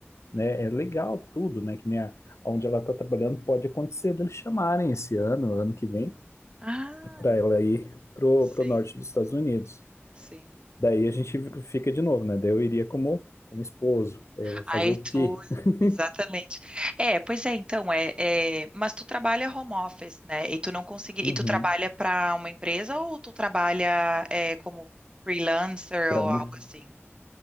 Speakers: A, on the left; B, on the right.
A: né? É legal tudo, né? Que nem a, onde ela está trabalhando, pode acontecer deles chamarem esse ano, ano que vem,
B: Ah,
A: para ela ir pro,
B: sim,
A: pro norte dos Estados Unidos.
B: sim.
A: Daí a gente fica de novo, né? Daí eu iria como, como esposo. É, Eu vou fazer
B: Aí
A: o
B: tu,
A: quê? <laughs>
B: exatamente. É, pois é, então, é, é, mas tu trabalha home office, né? E tu não consegui,
A: Uhum.
B: e tu trabalha para uma empresa ou tu trabalha é, como freelancer
A: Para
B: ou
A: uma,
B: algo assim?